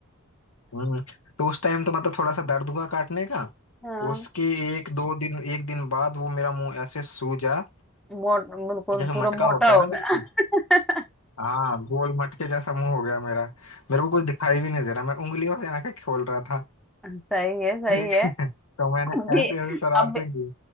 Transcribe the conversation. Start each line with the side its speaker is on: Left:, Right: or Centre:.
Left: हम्म, तो उस टाइम तो मतलब थोड़ा सा दर्द हुआ काटने का
Centre: हाँ
Left: उसके एक दो दिन एक दिन बाद वो मेरा मुंह ऐसे सूजा
Centre: मोट बिल्कुल
Left: कि जैसे
Centre: पूरा
Left: मटका
Centre: मोटा
Left: होता
Centre: हो
Left: है ना
Centre: गया
Left: बिल्कुल
Centre: <laughs>
Left: हाँ गोल मटके जैसा मुंह हो गया मेरा मेरे को कुछ दिखाई भी नहीं दे रहा मैं उंगलियों से आंखें खोल रहा था
Centre: सही है सही
Left: ठीक
Centre: है
Left: है? <laughs> तो मैंने
Centre: अब भी
Left: ऐसे ऐसे शरारतें
Centre: अब भी
Left: की